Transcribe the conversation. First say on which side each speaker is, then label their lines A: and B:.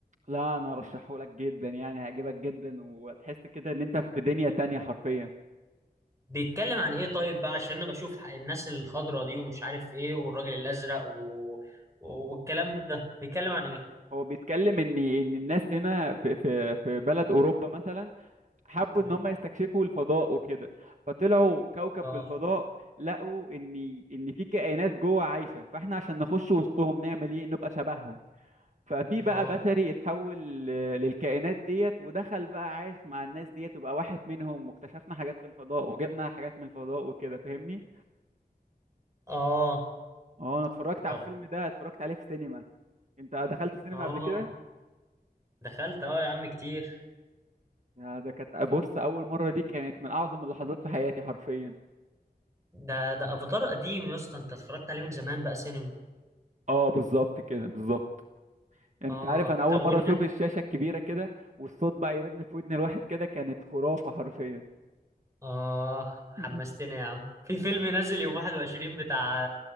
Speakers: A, on the right; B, on the right.
A: لا انا ارشحهولك جدا يعني هيعجبك جدا وتحس كده ان انت في دنيا تانية حرفيا
B: بيتكلم عن ايه طيب بقى عشان انا بشوف ح- الناس الخضرة دي ومش عارف ايه والراجل الازرق و... والكلام ده بيتكلم عن ايه
A: هو بيتكلم ان ان الناس هنا في في في بلد اوروبا مثلا حبوا
B: ب-
A: ان هم يستكشفوا الفضاء وكده فطلعوا كوكب
B: اه
A: في الفضاء لقوا ان ان في كائنات جوه عايشه فاحنا عشان نخش وسطهم نعمل ايه نبقى شبههم ففي
B: اه
A: بقى بشري اتحول ل- للكائنات ديت ودخل بقى عايش مع الناس ديت وبقى واحد منهم واكتشفنا حاجات في الفضاء وجبنا حاجات من الفضاء وكده فاهمني
B: اه
A: اه انا اتفرجت على
B: طب
A: الفيلم ده اتفرجت عليه في سينما انت دخلت سينما
B: اه
A: قبل كده
B: دخلت اه يا عم كتير
A: يا ده كانت بص اول مره دي كانت من اعظم اللحظات في حياتي حرفيا
B: ده ده افاتار قديم يا اسطى انت اتفرجت عليه من زمان بقى سينما
A: اه بالظبط كده بالظبط انت
B: اه
A: عارف انا اول
B: طب والناس
A: مره اشوف الشاشه الكبيره كده والصوت بقى يرن في ودن الواحد كده كانت خرافه حرفيا
B: آه حمستني
A: <laughs>
B: يا عم في فيلم نازل يوم 21 بتاع